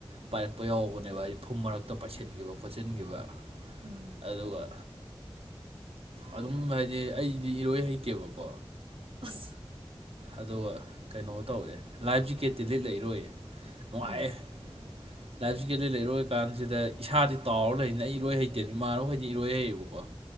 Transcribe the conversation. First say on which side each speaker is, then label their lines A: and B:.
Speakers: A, on the right (about 85°); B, on the right (about 65°).
A: ꯄꯥꯏꯔꯛꯄ ꯌꯥꯎꯕꯅꯦꯕ ꯍꯥꯏꯗꯤ ꯐꯨꯝ ꯃꯔꯛꯇ ꯄꯥꯏꯁꯤꯟꯈꯤꯕ ꯈꯣꯠꯆꯤꯟꯈꯤꯕ
B: ꯎꯝ
A: ꯑꯗꯨꯒ ꯑꯗꯨꯝ ꯍꯥꯏꯗꯤ ꯑꯩꯗꯤ ꯏꯔꯣꯏ ꯍꯩꯇꯦꯕꯀꯣ
B: ꯑꯁ
A: ꯑꯗꯨꯒ ꯀꯩꯅꯣ ꯇꯧꯋꯦ ꯂꯥꯏꯐ ꯖꯤꯀꯦꯠꯇꯤ ꯂꯤꯠꯂꯥ ꯏꯔꯣꯏꯌꯦ ꯅꯨꯉꯥꯏꯌꯦ
B: ꯑꯣ
A: ꯂꯥꯏꯞꯐ ꯖꯤꯀꯦꯗ ꯂꯤꯂꯥ ꯏꯔꯣꯏ ꯀꯥꯟꯁꯤꯗ ꯏꯁꯥꯗꯤ ꯇꯥꯎꯔ ꯂꯩꯖꯤꯅ ꯑꯩ ꯏꯔꯣꯏ ꯍꯩꯇꯅ ꯏꯃꯥꯟꯅꯕꯈꯩꯗꯤ ꯏꯔꯣꯏ ꯍꯩꯌꯦꯕꯀꯣ <inaudible>